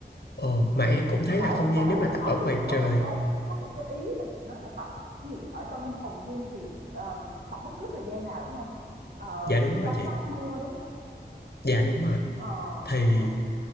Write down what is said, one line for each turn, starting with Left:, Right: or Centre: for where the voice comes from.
Left: Ờ, mà em cũng thấy
Right: hồi nãy
Left: là không
Right: hồi
Left: gian
Right: nãy
Left: nếu mà
Right: Thành
Left: tập
Right: nói
Left: ở
Right: cái
Left: ngoài
Right: gì có
Left: trời,
Right: một cái có một cái ý là chị nói là tập cái gì ở trong phòng gym thì ờ, tập bất cứ thời gian nào đúng không Ờ,
Left: dạ đúng
Right: để
Left: rồi
Right: tránh
Left: chị.
Right: nắng mưa đúng không
Left: Dạ đúng rồi.
Right: ờ
Left: Thì
Right: ờ